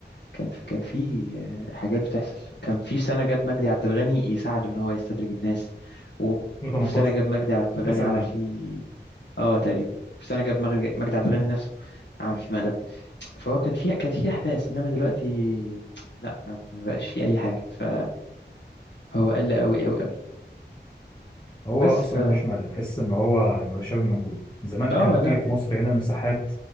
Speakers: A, on the left; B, on the left.
A: كان في كان في آه، حاجات بتحصل كان في سنه جاب مجدي عبد الغني يساعده ان هو يستدرج الناس و-
B: 2018
A: وفي سنه جاب مجدي عبد الغني
B: كاس العالم
A: عمل فيه اه تقريبا في سنه جاب مجدي مجدي عبد الغني نفسه عمل فيه مقلب فهو كانت فيها كانت فيه احداث انما دلوقتي لا ما ما بقاش فيه اي حاجه ف- فهو قل قوي قوي قوي
B: هو
A: بس
B: اصلا
A: ف
B: مفيش ملل تحس ان هو يعني هو شبه مجهول زمان
A: اه
B: كان في
A: لا
B: في مصر هنا مساحات